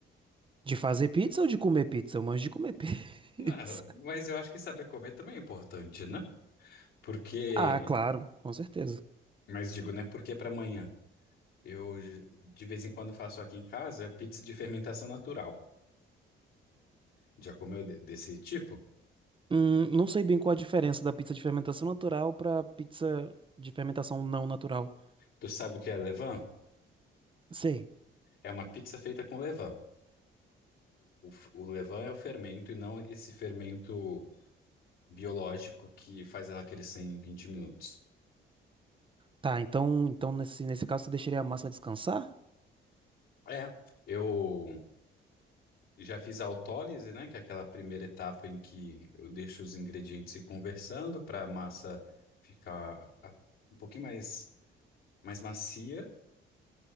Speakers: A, on the right; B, on the left.
A: De fazer pizza ou de comer pizza? Eu manjo de comer <laughs> pizza.
B: Não, mas eu acho que saber comer também é importante, né? Porque,
A: Ah, claro, com certeza.
B: mas digo, né? Porque para amanhã. Eu de vez em quando faço aqui em casa pizza de fermentação natural. Já comeu de- desse tipo?
A: Hum, não sei bem qual a diferença da pizza de fermentação natural pra pizza de fermentação não natural.
B: Tu sabe o que é levain?
A: Sei.
B: É uma pizza feita com levain. O, f- o levain é o fermento e não esse fermento biológico que faz ela crescer em 20 minutos.
A: Tá, então, então nesse, nesse caso você deixaria a massa descansar?
B: É, eu já fiz a autólise, né, que é aquela primeira etapa em que eu deixo os ingredientes se conversando para a massa ficar ah, um pouquinho mais, mais macia.